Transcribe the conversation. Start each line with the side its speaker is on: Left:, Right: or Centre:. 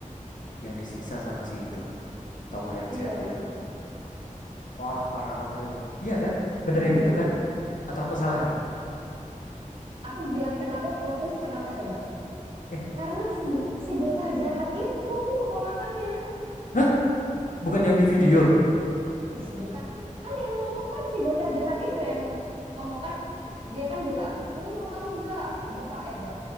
Left: yang disiksa sama si itu. Tokoh yang
Right: iya.
Left: jahat itu. Wah, parah banget itu. Iya kan? Bener yang
Right: Eh,
Left: itu kan? Atau aku salah nih?
Right: Aku bilang kenapa plot twist, kenapa coba?
Left: Eh,
Right: Karena si, bo- si bocah jahat itu keponakannya.
Left: nah, bukan yang di video.
Right: Ih, bukan. Kan yang ngomong kan si bocah jahat itu yang ngomong kan dia kan bilang, "Lu mau tahu nggak, Bapak eh bap,